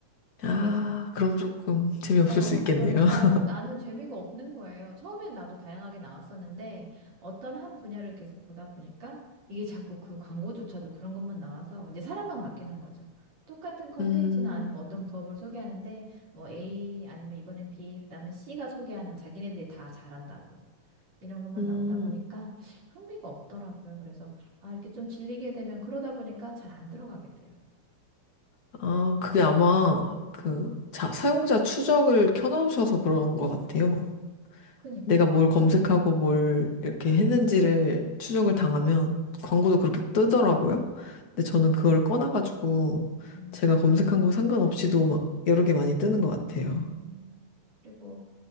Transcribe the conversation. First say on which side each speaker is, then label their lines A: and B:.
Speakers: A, on the left; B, on the right.
A: 아,
B: 계속.
A: 그럼
B: 그러니까
A: 조금 재미없을
B: 어,
A: 수 있겠네요.
B: 그러니까
A: <laughs>
B: 나는 재미가 없는 거예요. 처음엔 나도 다양하게 나왔었는데 어떤 한 분야를 계속 보다 보니까 이게 자꾸 그 광고조차도 그런 것만 나와서 이제 사람만 바뀌는 거죠. 똑같은 컨텐츠나
A: 음.
B: 아니면 어떤 부업을 소개하는데 뭐 A 아니면 이번엔 B 그다음에 C가 소개하는 자기네들이 다 잘한다고 이런 것만
A: 음,
B: 나오다 보니까 흥미가 없더라고요. 그래서 아, 이렇게 좀 질리게 되면 그러다 보니까 잘 안 들어가게 돼요.
A: 아, 그게 아마 그 자, 사용자 추적을 켜놓으셔서 그런 것 같아요.
B: 그니까요.
A: 내가 뭘 검색하고 뭘 이렇게 했는지를 추적을 당하면 광고도 그렇게 뜨더라고요. 근데 저는 그걸 꺼놔가지고
B: 음,
A: 제가 검색한 거 상관없이도 막 여러 개 많이 뜨는 것 같아요.
B: 음. 그리고